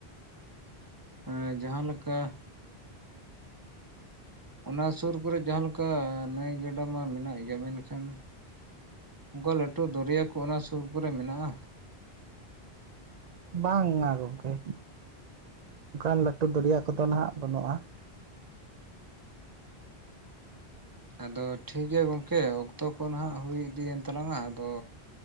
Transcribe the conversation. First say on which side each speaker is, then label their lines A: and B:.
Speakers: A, on the right (about 20°); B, on the right (about 50°).
A: ᱮᱸ ᱡᱟᱦᱟᱸ ᱞᱮᱠᱟ ᱚᱱᱟ ᱥᱩᱨ ᱠᱚᱨᱮ ᱡᱟᱦᱟᱸ ᱞᱮᱠᱟ ᱱᱟᱹᱭ ᱜᱟᱰᱟ ᱢᱟ ᱢᱮᱱᱟᱜ ᱜᱮᱭᱟ, ᱢᱮᱱᱠᱷᱟᱱ ᱚᱱᱠᱟ ᱞᱟᱹᱴᱩ ᱫᱚᱨᱭᱟ ᱠᱚ ᱚᱱᱟ ᱥᱩᱨ ᱠᱚᱨᱮ ᱢᱮᱱᱟᱜᱼᱟ?
B: ᱵᱟᱝᱼᱟ ᱜᱚᱝᱠᱮ ᱚᱱᱠᱟᱱ ᱞᱟᱹᱴᱩ ᱫᱚᱨᱭᱟ ᱠᱚᱫᱚ ᱱᱟᱦᱟᱜ ᱵᱟᱹᱱᱩᱜᱼᱟ᱾
A: ᱟᱫᱚ ᱴᱷᱤᱠ ᱜᱮᱭᱟ ᱜᱚᱢᱠᱮ ᱚᱠᱛᱚ ᱠᱚ ᱱᱟᱦᱟᱸᱜ ᱦᱩᱭ ᱤᱫᱤᱭᱮᱱ ᱛᱟᱞᱟᱝᱟ ᱟᱫᱚ